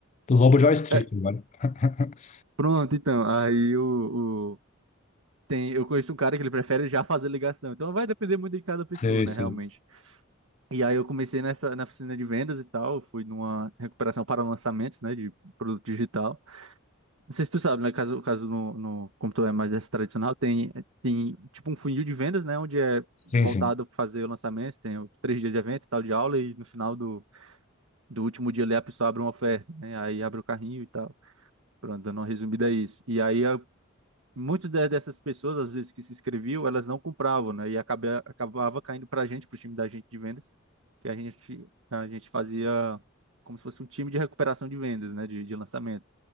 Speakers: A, on the left; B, on the right.
A: do Lobo de Wall Street
B: É,
A: agora. <laughs>
B: pronto, então, aí o, o- tem, eu conheço um cara que ele prefere já fazer ligação. Então vai depender muito de cada pessoa,
A: Sei,
B: né,
A: sei.
B: realmente. E aí eu comecei nessa na oficina de vendas e tal, fui numa recuperação para lançamentos, né, de produto digital. Não sei se tu sabe, né? Caso, caso no, no computador é mais dessa tradicional, tem, tem tipo um funil de vendas, né? Onde é
A: Sim,
B: voltado
A: sim.
B: para fazer o lançamento, tem os três dias de evento e tal de aula, e no final do, do último dia ali a pessoa abre uma oferta, né? Aí abre o carrinho e tal. Pronto, dando uma resumida a isso. E aí muitas de- dessas pessoas, às vezes que se inscreviam, elas não compravam, né? E acaba, acabava caindo para a gente, para o time da gente de vendas, que a gente, a gente fazia como se fosse um time de recuperação de vendas, né? De, de lançamento.